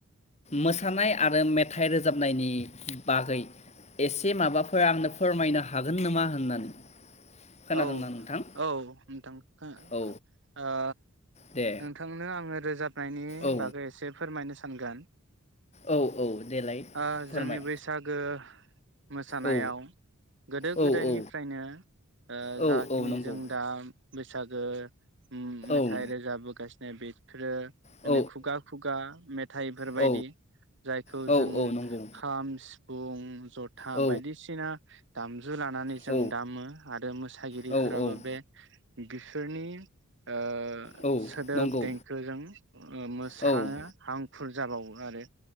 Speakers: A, on the left; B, on the right.
A: मोसानाय आरो मेथ थाइ रोजाबनायनि बागै एसे माबाफोर आंनो फोरमायनो हागोन नामा होननानै। खोनादोंना
B: औ
A: नोंथां
B: औ नोंथां खोना
A: औ
B: ओ
A: दे
B: नोंथांनो आङो रोजाबनाय नि
A: औ
B: बागै एसे फोरमायनो थांगोन।
A: औ औ देलाय
B: ओ
A: फोरमाय
B: जोंनि बैसागो मोसानायाव
A: औ
B: गोदो
A: औ
B: गोदायनिफ्रायनो
A: औ
B: ओह
A: औ
B: जा
A: औ
B: खिनि
A: नंगौ
B: जों दा बैसागो। ओम मेथाइ
A: औ
B: रोजाबोगास ए बेफोरो जोंने
A: औ
B: खुगा खुगा मेथाइफोरबायायदि
A: औ
B: जायखौ
A: औ
B: जों
A: औ नंगौ
B: खाम सि जथा
A: औ
B: बायदिसिना दाम जु लानानै जों
A: औ
B: दामो ‌। आरो मोसायो हिहिफोराबो
A: औ औ
B: बे गोसोनि आ
A: औ
B: सोदोब
A: नंगौ
B: देंखोजों मोसा
A: औ
B: हां फुर जाबावो आरो।